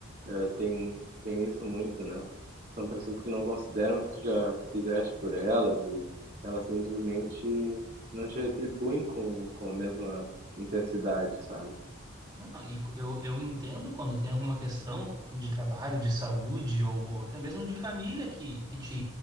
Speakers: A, on the right; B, on the right.
A: eh, tem, tem isso muito, né? São pessoas que não consideram o que tu já fizeste por elas e elas simplesmente não te retribuem com, com a mesma intensidade, sabe?
B: não, e co- eu, eu entendo quando tem alguma questão de trabalho, de saúde ou, ou até mesmo de família que, que te